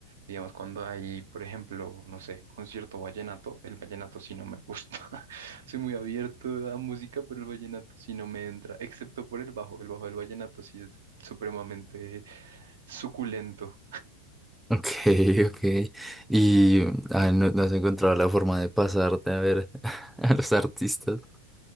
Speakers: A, on the right; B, in the centre.
A: Digamos, cuando hay, por ejemplo, no sé, concierto vallenato, el vallenato sí no me gusta. <laughs> Soy muy abierto a música, pero el vallenato sí no me entra, excepto por el bajo. El bajo del vallenato sí es supremamente suculento.
B: Ok, <laughs> ok. Y ah, no, no has encontrado la forma de pasarte a ver <laughs> a los artistas.